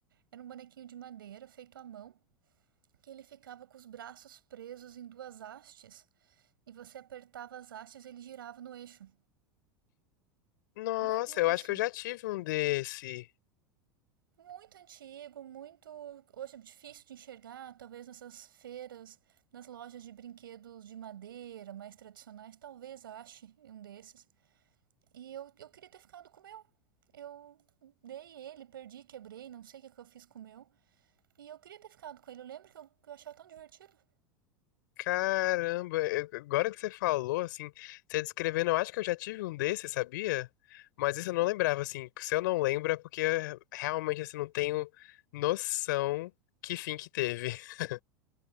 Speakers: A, on the right; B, on the left.
A: Era um bonequinho de madeira feito à mão, que ele ficava com os braços presos em duas hastes e você apertava as hastes e ele girava no eixo.
B: Nossa,
A: Já viu
B: eu
A: isso?
B: acho que eu já tive um desse.
A: Muito antigo, muito hoje é difícil de enxergar, talvez nessas feiras, nas lojas de brinquedos de madeira mais tradicionais, talvez ache um desses. E eu, eu queria ter ficado com o meu. Eu dei ele, perdi, quebrei, não sei o que, é que eu fiz com o meu. E eu queria ter ficado com ele. Eu lembro que eu, que eu achava tão divertido.
B: Caramba, eu- agora que você falou, assim, você descrevendo, eu acho que eu já tive um desse, sabia? Mas isso eu não lembrava, assim. Se eu não lembro, é porque eu realmente, assim, não tenho noção que fim que teve. <laughs>